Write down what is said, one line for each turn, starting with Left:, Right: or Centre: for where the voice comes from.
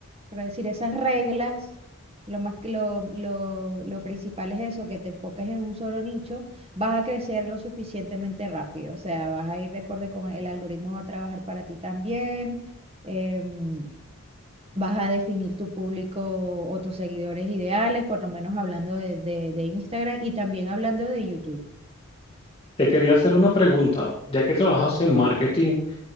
Right: por decir, esas reglas, lo más que lo, lo, lo principal es eso, que te enfoques en un solo nicho, vas a crecer lo suficientemente rápido, o sea, vas a ir de acuerdo con el algoritmo, va a trabajar para ti también, em, vas a definir tu público o tus seguidores ideales, por lo menos hablando de, de, de Instagram y también hablando de YouTube.
Left: Te quería hacer una pregunta, ya que trabajas en marketing,